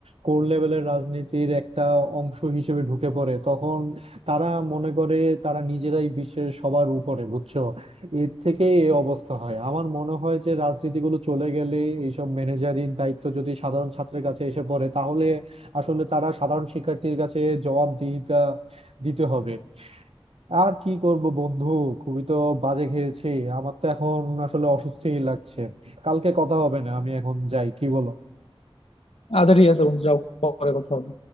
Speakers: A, on the right (about 80°); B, on the left (about 80°).
A: কোর লেভেলের রাজনীতির একটা অংশ হিসেবে ঢুকে পড়ে তখন তারা মনে করে তারা নিজেরাই বিশ্বের সবার উপরে বুঝছো এর থেকে এই অবস্থা হয় আমার মনে হয় যে রাজনীতিগুলো চলে গেলে এইসব ম্যানেজারিং দায়িত্ব যদি সাধারণ ছাত্রের কাছে এসে পড়ে তাহলে আসলে তারা সাধারণ শিক্ষার্থীর কাছে জবাবদিহিতা দিতে হবে আর কি করব বন্ধু খুবই তো বাজে খেয়েছি আমার তো এখন আসলে অসুস্থই লাগছে কালকে কথা হবে না আমি এখন যাই কি বলো
B: আচ্ছা ঠিক আছে বন্ধু যাও পরে কথা হবে